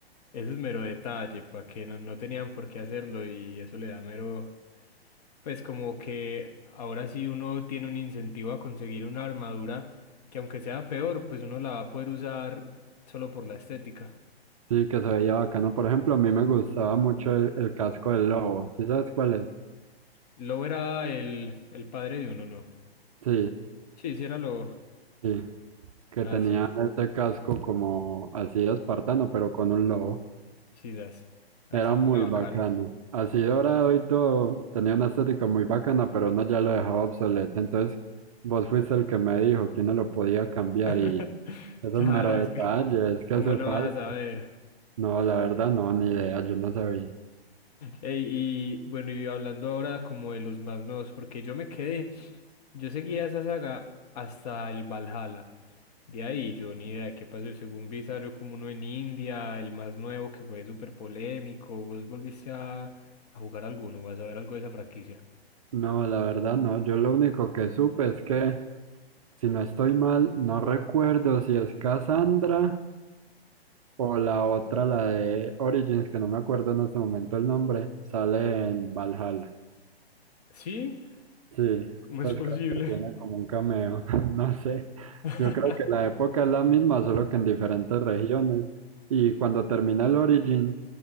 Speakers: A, on the left (about 40°); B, on the right (about 35°).
A: Eso es mero detalle, para que no, no tenían por qué hacerlo y eso le da mero, pues como que ahora sí uno tiene un incentivo a conseguir una armadura que aunque sea peor, pues uno la va a poder usar solo por la estética.
B: Sí, que se veía bacano. Por ejemplo, a mí me gustaba mucho el, el casco del lobo. ¿Sí sabes cuál es?
A: Lobo era el, el padre de uno, ¿no?
B: Sí,
A: Sí, sí era Lobo.
B: sí. que
A: Ah,
B: tenía
A: sí,
B: ese casco como así de espartano, pero con un lobo.
A: sí, das. Así
B: Era muy
A: era bacano.
B: bacano. Así dorado y todo, tenía una estética muy bacana, pero no ya lo dejaba obsoleto. Entonces, vos fuiste el que me dijo quién no lo podía cambiar
A: <laughs>
B: y esos
A: Claro,
B: meros
A: es
B: detalles
A: que,
B: que
A: ¿cómo
B: hace
A: no
B: falta.
A: vas a saber?
B: No, la verdad no, ni idea, yo no sabía.
A: Ey, y bueno, y hablando ahora como de los más nuevos, porque yo me quedé, yo seguía esa saga hasta el Valhalla. De ahí yo ni idea de qué pasó. Según vi, salió como uno en India, el más nuevo que fue súper polémico. ¿Vos volviste a, a jugar alguno? ¿Vas a ver algo de esa franquicia?
B: No, la verdad no, yo lo único que supe es que, si no estoy mal, no recuerdo si es Cassandra. O la otra, la de Origins, que no me acuerdo en este momento el nombre, sale en Valhalla.
A: ¿Sí?
B: Sí,
A: ¿Cómo
B: pues
A: es posible?
B: creo que tiene como un cameo, <laughs> no sé.
A: <laughs>
B: Yo creo que la época es la misma, solo que en diferentes regiones. Y cuando termina el Origins,